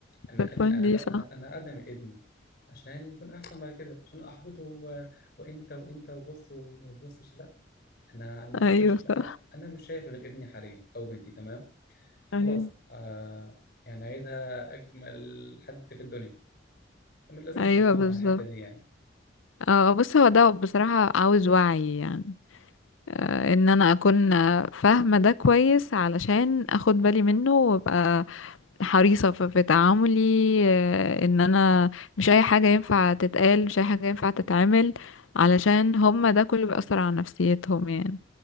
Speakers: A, on the left (about 50°); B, on the left (about 80°).
A: انا
B: باد
A: اخلي
B: بوينت
A: انا
B: دي
A: انا
B: صح
A: أنا اقدم ابني عشان يكون احسن بعد كده عشان احبطه و... وانت وانت وبص وما تبصش لا انا انا مش
B: ايوه
A: باش...
B: صح
A: انا أنا مش شايف غير ابني حاليا او بنتي تمام فخلاص
B: ايوه
A: آه يعني عايزها اجمل حد في الدنيا أنا لازم
B: ايوه
A: نشجعهم
B: بالظبط
A: على الحته دي يعني
B: اه بص هو ده بصراحة عاوز وعي يعني آه ان انا اكون آه، فاهمة ده كويس علشان اخد بالي منه وابقى حريصة في, في تعاملي آه ان انا مش اي حاجة ينفع تتقال مش اي حاجة ينفع تتعمل علشان هما ده كله بيأثر على نفسيتهم يعني